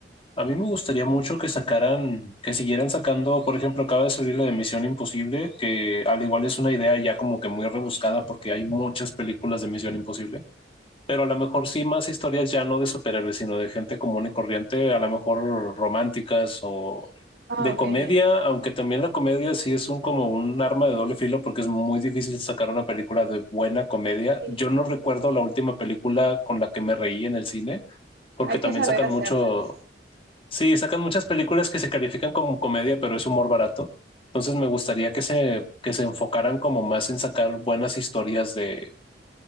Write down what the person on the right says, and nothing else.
Ah,
ok,
ya.
Sí.
Hay
que saber
hacerlas.